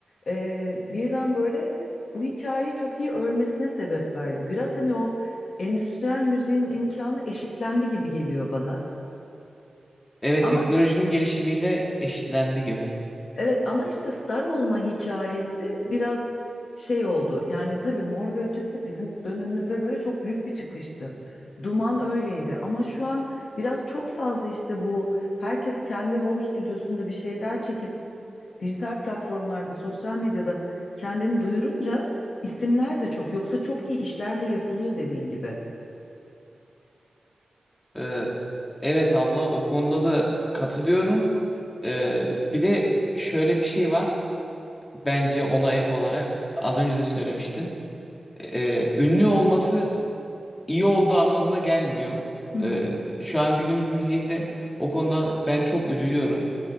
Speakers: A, on the left; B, on the left.
A: e, birden böyle bu hikayeyi çok iyi örmesine sebep verdi. Biraz hani o endüstriyel müziğin imkanı eşitlendi gibi geliyor bana.
B: Evet
A: Ama
B: teknolojinin gelişimiyle eşitlendi gibi.
A: Evet ama işte star olma hikayesi biraz şey oldu. Yani tabii Mor ve Ötesi bizim dönemimize göre çok büyük bir çıkıştı. Duman öyleydi ama şu an biraz çok fazla işte bu herkes kendi home stüdyosunda bir şeyler çekip dijital platformlarda, sosyal medyada kendini duyurunca isimler de çok. Yoksa çok iyi işler de yapılıyor dediğin gibi.
B: Ee, evet abla o konuda da katılıyorum. Ee, bir de şöyle bir şey var. Bence ona ek olarak az önce de söylemiştim. Ee, ünlü olması iyi olduğu anlamına gelmiyor.
A: Hı hı.
B: Ee, şu an günümüz müziğinde o konuda ben çok üzülüyorum.